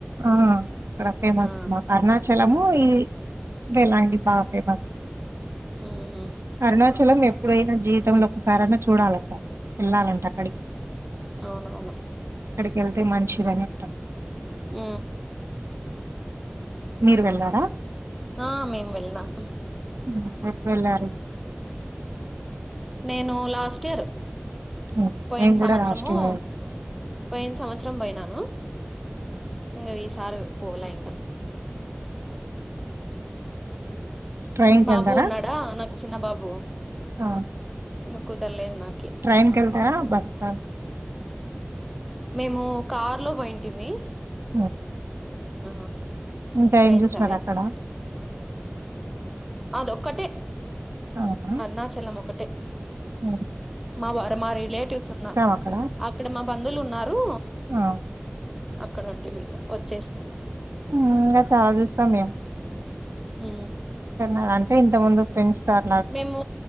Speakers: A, on the right (about 80°); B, in the centre.
A: ఆ అక్కడ ఫేమస్
B: ఆ
A: మా అరుణాచలము ఇది వేలాంగిణి బాగా ఫేమస్
B: ఉమ్
A: అరుణాచలం నే ప్పుడైనా జీవితంలో ఒక్కసారి అన్నా చూడాలంట ఎళ్ళాలంట అక్కడి
B: అవునవును
A: అక్కడికగళ్తే మంచిది అని అంటా
B: ఊ
A: మీరు వెళ్లారా
B: ఆ మేము వెళ్ళినాం
A: ఊ ఎప్పు వెళ్లారు
B: నేను లాస్ట్ ఇయర్
A: ఉమ్.
B: పోయిన
A: మేము
B: సమచ్చరము
A: కూడా లాస్ట్ ఇయర్
B: పోయిన సమచ్చరం పోయినాను ఇంకా ఈసారి పోలే ఇంకా
A: ట్రైన్ కెళ్తారా?
B: బాబు ఉన్నాడా నాకు చిన్న బాబు
A: ఆ
B: ఇంక కుదరలేదు నా
A: ట్రైన్ కెళ్తారా బస్ కా
B: మేము కార్ లో పోయింటిమి
A: ఊ
B: ఆ
A: ఇంకా
B: పోయిన
A: ఏం చూసినారు
B: సారి
A: అక్కడ
B: అదొక్కటే
A: అవునా
B: అరుణాచలం ఒకటే
A: ఊ
B: మా వారు మా రిలేటివ్స్ ఉన్నా
A: అక్కడ.
B: అక్కడ మా బంధువులు ఉన్నారు
A: ఆ!
B: అక్కడ ఉంటిమి ఇంగ వచ్చేస్తిమి
A: ఊ ఇంకా చాలా చూస్తాం మేం
B: ఊ
A: అది అంతే ఇంతకు ముందు ఫ్రెండ్స్ తో ఆ
B: మేము